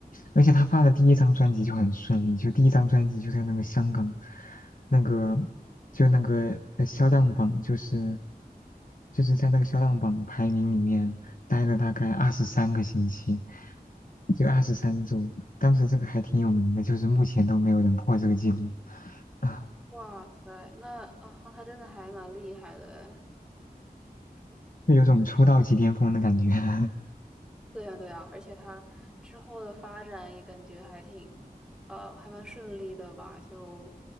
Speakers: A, on the left; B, in the centre.
A: 而且他发的第一张专辑就很顺利，就第一张专辑就在那个香港那个。就那个呃销量榜，就是就是在那个销量榜排名里面待了大概二十三个星期，就二十三周。当时这个还挺有名的，就是目前都没有人破这个记录啊，
B: 哇塞，那哦，那他真的还蛮厉害的哎
A: <laughs> 就有种出道即巅峰的感觉。<laughs>
B: 对呀，对呀，而且他之后的发展也感觉还挺，呃，还蛮顺利的吧？就，